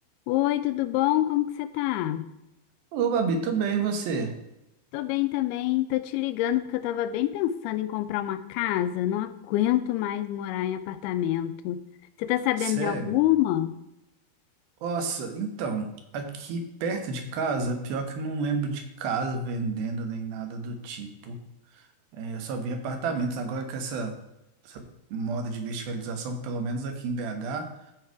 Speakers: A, on the left (about 80°); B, on the right (about 70°).
A: Oi, tudo bom? Como que você tá?
B: Ô, Babi, tô bem, e você?
A: Tô bem também, tô te ligando porque eu tava bem pensando em comprar uma casa, não aguento mais morar em apartamento. Você tá sabendo
B: Sério?
A: de alguma?
B: Nossa, então, aqui perto de casa, pior que eu não lembro de casa vendendo nem nada do tipo. É, eu só vi apartamentos. Agora com essa, essa moda de verticalização, pelo menos aqui em BH, a